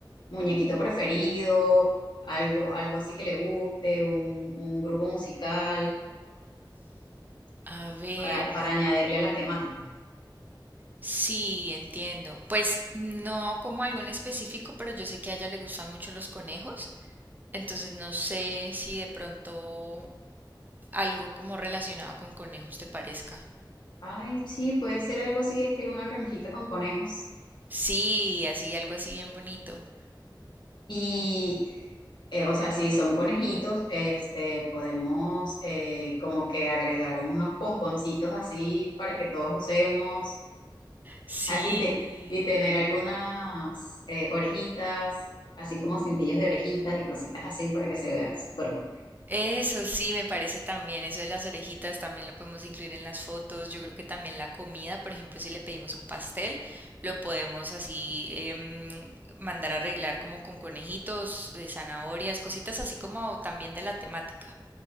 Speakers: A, on the left; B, on the right.
A: muñequito preferido, algo, algo así que le guste, un, un grupo musical
B: A ver,
A: para, para añadirle a la temática?
B: sí, entiendo. Pues no como algo en específico, pero yo sé que a ella le gustan mucho los conejos, entonces no sé si de pronto algo como relacionado con conejos te parezca.
A: Ay, sí, puede ser algo así, estilo una granjita con conejos.
B: Sí, así, algo así bien bonito.
A: Y, eh, o sea, si son conejitos, este, podemos eh, como que agregar unos pomponcitos así para que todos usemos
B: Sí,
A: Ah, y, te- y tener algunas eh, orejitas, así como cintillos de orejitas y cositas así para que se vea súper cool.
B: eso sí me parece también, eso de las orejitas también lo podemos incluir en las fotos, yo creo que también la comida, por ejemplo, si le pedimos un pastel, lo podemos así em, mandar a arreglar como con conejitos, eh, zanahorias, cositas así como también de la temática.